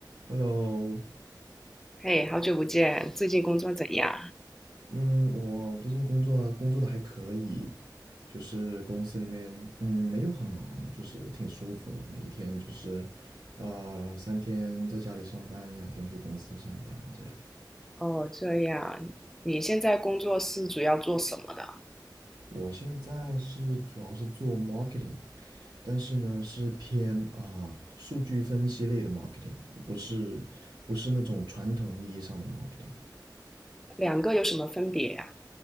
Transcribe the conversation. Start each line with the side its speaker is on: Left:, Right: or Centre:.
Right: Hello，
Centre: 嘿，好久不见，最近工作怎样？
Right: 嗯，我最近工作工作的还可以，就是公司里面嗯没有很忙，就是挺舒服的，每一天就是呃三天在家里上班，两天去公司上班这样。
Centre: 哦，这样，你现在工作是主要做什么的？
Right: 我现在是主要是做 marketing，但是呢是偏啊、数据分析类的 marketing，不是不是那种传统意义上的 marketing。
Centre: 两个有什么分别呀？